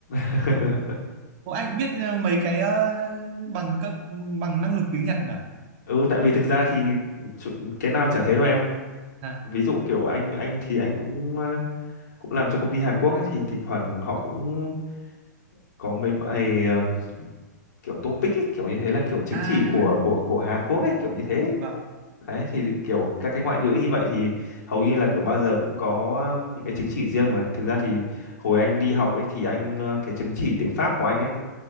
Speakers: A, on the left (about 65°); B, on the right (about 40°).
A: <laughs>
B: Ô anh biết ờ, mấy cái ờ, bằng cấp bằng năng lực tiếng Nhật này.
A: ừ tại vì thực ra thì chu- cái nào chả thế đâu em
B: À,
A: ví dụ kiểu anh anh thì anh cũng ờ, cũng làm cho công ty Hàn Quốc ấy thì thỉnh thoảng họ
B: được.
A: cũng có mấy bài um, kiểu topic ấy, kiểu như thế là kiểu chứng
B: à
A: chỉ của của của Hàn Quốc ấy kiểu như thế
B: vâng,
A: đấy thì kiểu các cái ngoại ngữ như vậy thì hầu như là kiểu bao giờ cũng có um, những cái chứng chỉ riêng mà thực ra thì hồi anh đi học ấy thì anh uh, cái chứng chỉ tiếng Pháp của anh ấy